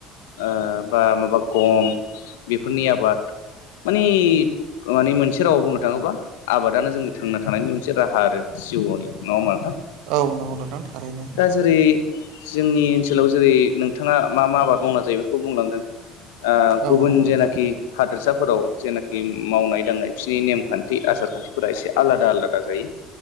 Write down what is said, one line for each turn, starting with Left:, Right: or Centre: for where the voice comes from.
Left: आ बा माबा गम बेफोरनि आबाद मानि माने मोनसे रावाव बुंनो थाङोबा आबादानो जोंनि थांना थानायनि मोनसे राहा आरो जिउवनिआव नङा होमा नोंथां।
Right: औ नंगौ नोंथां थारैनो।
Left: दा जेरै जोंनि ओनसोलाव जेरै नोंथाङा मा मा आबाद मावना जायो खौ बुंलांदों
Right: औ
Left: गुबुन
Right: नंगौ नोंथां
Left: जेनाखि हादोरसाफोराव जेनाखि मावनाय- दांनाय बिसोरनि नेमखान्थि, आसार- खान्थि एसे आलादा, आलादा जायो